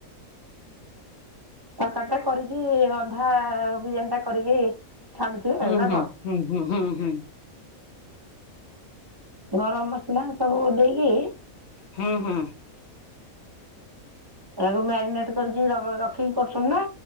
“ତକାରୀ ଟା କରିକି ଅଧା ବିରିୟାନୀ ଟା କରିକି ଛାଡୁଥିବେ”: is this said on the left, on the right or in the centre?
Right